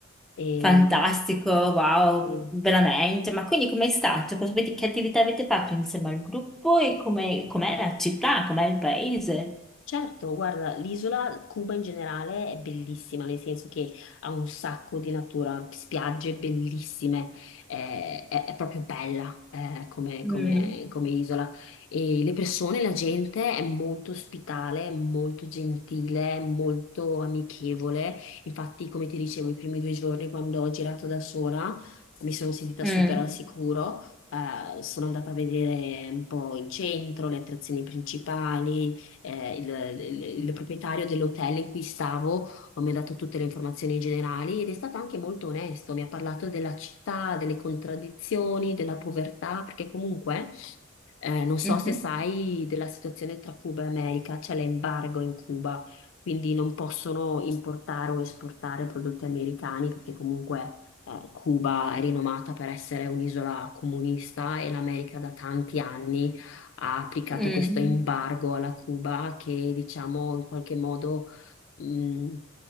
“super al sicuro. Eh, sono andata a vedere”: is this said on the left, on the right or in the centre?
Left